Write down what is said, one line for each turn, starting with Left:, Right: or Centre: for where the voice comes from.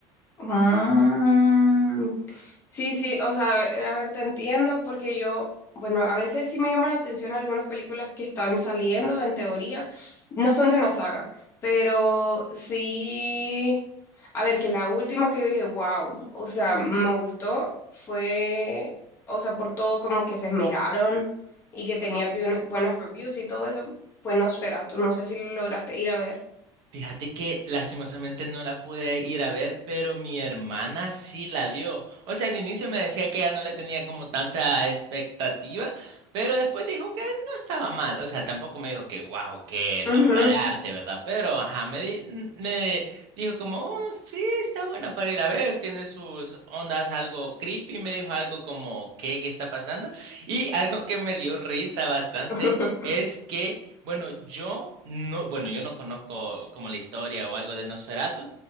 Left: Ah, Sí, sí, o sea, a ver, a ver, te entiendo porque yo, bueno, a veces sí me llaman la atención algunas películas que están saliendo, en teoría, no son de una saga, pero sí, a ver, que la última que yo dije, wow, o sea, me gustó, fue, o sea, por todo como que se esmeraron y que tenía bien- buenas reviews y todo eso, fue Nosferatu, no sé si lo lograste ir a ver.
Right: Fíjate que lastimosamente no la pude ir a ver, pero mi hermana sí la vio. O sea, al inicio me decía que ya no le tenía como tanta expectativa, pero después dijo que no estaba mal. O sea, tampoco me dijo que wow, que
Left: Ujú.
Right: la obra de arte, ¿verdad? Pero ajá, me, di- n- me dijo como, "Oh, sí, está buena para ir a ver, tiene sus ondas algo creepy, me dijo algo como, ¿qué, qué está pasando? Y algo que me dio risa bastante
Left: <laughs>
Right: es que bueno, yo no, bueno, yo no conozco como la historia o algo de Nosferatu,